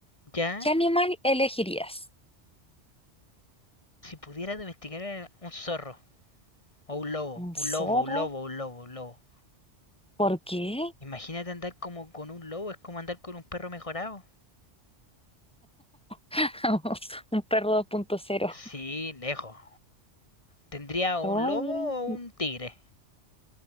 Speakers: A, on the left (about 30°); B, in the centre.
A: ya.
B: ¿qué animal elegirías?
A: Si pudiera domesticar a un zorro o un lobo,
B: ¿Un
A: un lobo,
B: zorro?
A: un lobo, un lobo, un lobo.
B: ¿Por qué?
A: Imagínate andar como con un lobo, es como andar con un perro mejorado.
B: <laughs> Un perro 2.0.
A: Sí, lejos. Tendría un
B: Ay,
A: lobo
B: mira.
A: o
B: m-
A: un tigre,